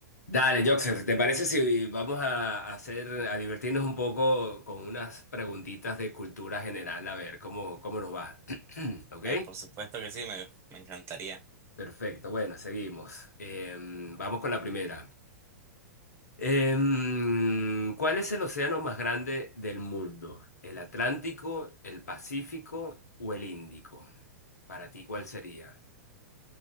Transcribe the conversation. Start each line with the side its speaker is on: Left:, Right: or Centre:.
Left: Dale, Joxer, ¿te parece si vamos a hacer, a divertirnos un poco con unas preguntitas de cultura general? A ver, ¿cómo, cómo nos va? <clears throat> ¿Ok?
Right: Eh, por supuesto que sí, me, me encantaría.
Left: Perfecto, bueno, seguimos. Em, vamos con la primera. Em, ¿cuál es el océano más grande del mundo? ¿El Atlántico, el Pacífico o el Índico? Para ti, ¿cuál sería?